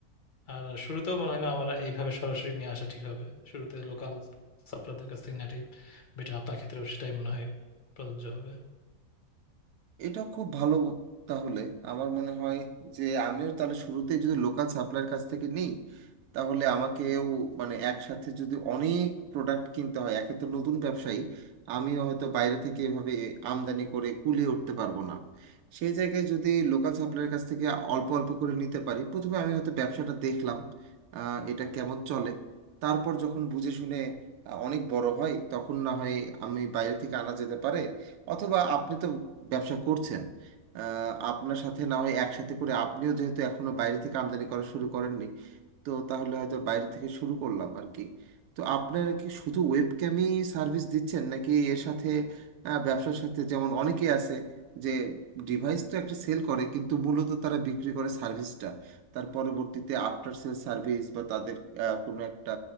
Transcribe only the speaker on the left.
আর শুরুতেও মনে হয় না আমার এইভাবে সরাসরি নিয়ে আসা ঠিক হবে শুরুতে লোকাল সাপ্লায়ারদের কাছ থেকে নেওয়াটাই বেটার আপনার ক্ষেত্রেও সেটাই মনে হয় প্রযোজ্য হবে